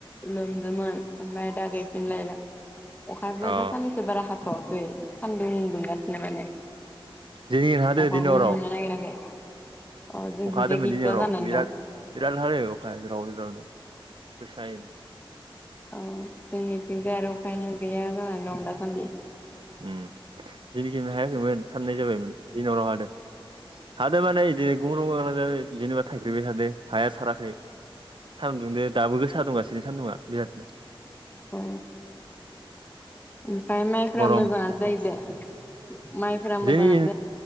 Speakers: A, on the left; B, on the right.
A: लोमदोंमोन ओमफ्राय दा गोयफिनलायला। अखायाबो
B: अ
A: दा साननैसो बारा हाथ'वाखै सान्दुं दुंगासिनो माने
B: दिनै हादो
A: अखा
B: दिनै
A: खौनो
B: हराव
A: मोननो नागिराखै अ जोंथिंजाय
B: अखा हादोंमोन
A: गैथ'वा
B: दिनै हराव
A: जानानै
B: बिराद
A: दं
B: बिराद हादों अखाया राव रावनो गोसायै
A: औ जोंनिथिंजाय आरो अखायानो गैया जानानै दं दासान्दि
B: उम जोंनिखै बेहाय मोन साननै जाबाय मोन दिनि हरआव हादों। हादों माने इदि गंग्रं गांग्रां <unintelligible> जेनेबा थाइफ्रिबाय थादो हाया साराखै सानदुंदो दाबो गोसा दुंगासि बे सान‌दुङा बिरादनो
A: अ ओमफाय माइफ्रा
B: गरम
A: मोजाङानो
B: बोथोरा
A: जायोदे माइफोरा
B: जोंनि
A: मोजाङानो